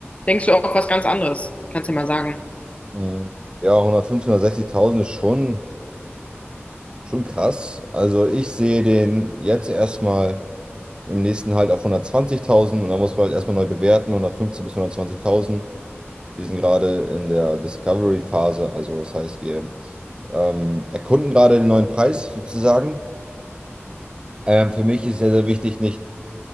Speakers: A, on the left; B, on the right.
A: denkst du auch was ganz anderes. Kannst du ja mal sagen.
B: Mhm. Ja, 150.000, 160.000 ist schon. Schon krass. Also ich sehe den jetzt erstmal im nächsten Halt auf 120.000 und da muss man halt erstmal neu bewerten, 115 bis 120.000. Wir sind gerade in der Discovery-Phase, also das heißt, wir ähm, erkunden gerade den neuen Preis sozusagen. Ähm, für mich ist sehr, sehr wichtig, nicht